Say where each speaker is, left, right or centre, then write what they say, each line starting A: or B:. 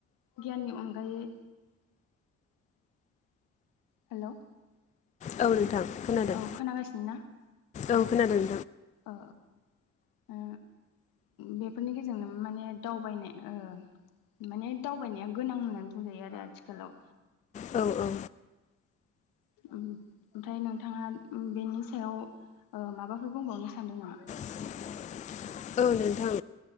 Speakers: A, on the left (about 75°); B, on the left (about 20°).
A: गियाननि अनगायै हेल'
B: औ नोंथां खोनादों
A: औ खोनागासिनो ना
B: औ खोनादों
A: अ अ बेफोरनि गेजेरनो माने दावबायनाय ओ माने दावबायनाया गोनां होननानै बुंजायो आरो आथिखालाव
B: औ औ
A: ओमफ्राय नोंथाङा बेनि सायाव माबाफोर बुंबावनो सानदों नामा?
B: <inaudible> औ नोंथां